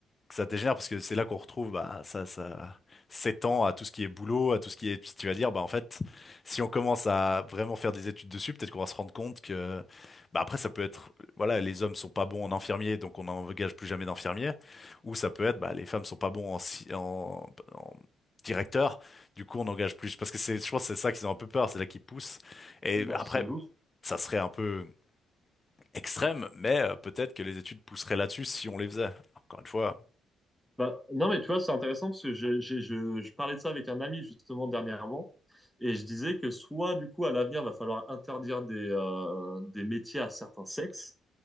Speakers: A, on the left; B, in the centre.
A: que ça dégénère parce que c'est là qu'on retrouve bah, ça, ça s'étend à tout ce qui est boulot, à tout ce qui est. si Tu vas dire, bah en fait, si on commence à vraiment faire des études dessus, peut-être qu'on va se rendre compte que, bah après, ça peut être, voilà, les hommes sont pas bons en infirmier, donc on n'engage plus jamais d'infirmiers, ou ça peut être, bah les femmes sont pas bons en, si- en, en directeur, du coup on n'engage plus. Parce que c'est, je pense, que c'est ça qu'ils ont un peu peur, c'est là qu'ils poussent. Et
B: Bah,
A: après,
B: c'est ouf.
A: ça serait un peu extrême, mais euh, peut-être que les études pousseraient là-dessus si on les faisait. Encore une fois.
B: Bah, non, mais tu vois, c'est intéressant parce que je, j'ai- je, je parlais de ça avec un ami justement dernièrement et je disais que soit du coup à l'avenir va falloir interdire des, euh, des métiers à certains sexes